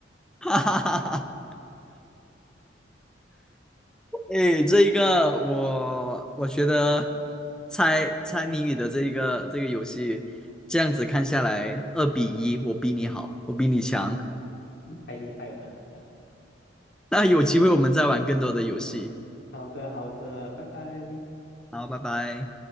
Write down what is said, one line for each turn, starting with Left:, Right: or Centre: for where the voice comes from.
Centre: 哈哈哈哈。哎，
Left: <laughs> 不，
Centre: 这一个我我觉得猜猜谜语的这一个这个游戏，这样子看下来，二比一，我比你好，我比你强。
Left: 嗯，太厉害了。
Centre: 那有机会我们再玩更多的游戏。
Left: 好的，好的，拜拜。
Centre: 好，拜拜。